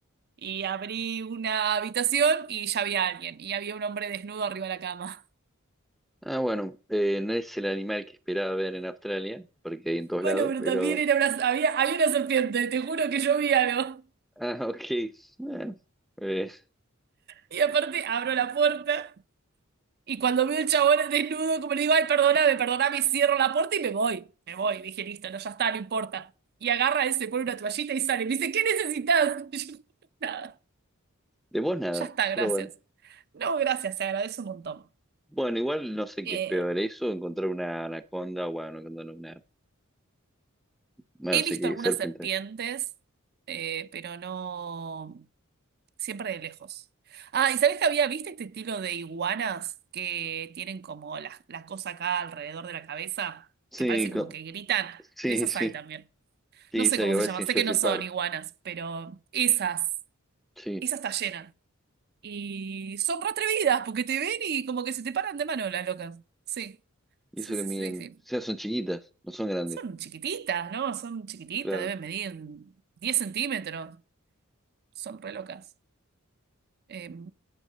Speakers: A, on the right (about 50°); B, in the centre.
A: y abrí una habitación y ya había alguien, y había un hombre desnudo arriba de la cama. <laughs>
B: Ah, bueno, eh, no es el animal que esperaba ver en Australia, porque hay en todos
A: Bueno,
B: lados,
A: pero
B: pero...
A: también era una, había, había una serpiente, te juro que yo vi algo.
B: Ah, ok. <laughs> Bueno, eh,
A: Y aparte abro la puerta Y cuando veo el chabón desnudo, como le digo, ay, perdóname, perdóname, cierro la puerta y me voy. Me voy. Dije, listo, no, ya está, no importa. Y agarra ese, pone una toallita y sale. Me dice, ¿qué necesitas? <laughs> Y yo, nada,
B: de vos nada,
A: ya está, gracias.
B: pero bueno.
A: No, gracias, se agradece un montón.
B: Bueno, igual no sé
A: Eh,
B: qué es peor, eso, encontrar una anaconda, bueno, anaconda no, una, bueno,
A: he
B: no sé
A: visto
B: qué,
A: algunas
B: serpiente.
A: serpientes, eh, pero no, siempre de lejos. Ah, ¿y sabés que había visto este estilo de iguanas que tienen como la, la cosa acá alrededor de la cabeza,
B: Sí,
A: que parece como
B: co-
A: que gritan?
B: sí,
A: De esas
B: sí,
A: hay también.
B: sí,
A: No sé
B: se
A: cómo
B: que aparece
A: se llama,
B: en
A: sé
B: Jurassic
A: que no son
B: Park,
A: iguanas, pero esas,
B: sí,
A: esas está llena. Y son re atrevidas porque te ven y como que se te paran de mano las locas. Sí,
B: y
A: sí,
B: eso
A: sí,
B: que miden,
A: sí, sí.
B: o sea, son chiquitas, no son grandes,
A: Son chiquititas, ¿no? Son chiquititas,
B: claro.
A: deben medir 10 centímetros. Son re locas. Eh,